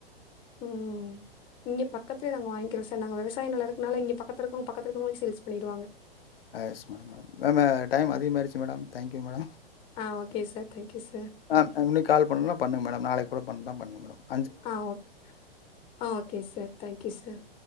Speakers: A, on the left; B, on the left.
A: ம் ம் இங்க பக்கத்துல நாங்க வாய்ங்றோ சார் நாங்க விவசாய நெல இருக்கனால இங்க பக்கத்து இருக்கவ்ங்க பக்கத்து இருக்கவ்ங்களுக்கே சேல்ஸ் பண்ணிருவாங்க
B: எஸ் மேடம் மேம் மே டைம் அதிகமாயிருச்சு மேடம் தேங்க் யூ மேடம்
A: ஆ ஓகே சார் தேங்க்யூ சார்
B: ஆ அ இன்னனைக்கு கால் பண்ணுனா பண்ணுங்க மேடம் நாளைக்கு கூட பண்றனா பண்ணுங்க மேட
A: ஆ ஓக் ஆ ஓகே சார் தேங்க்யூ சார்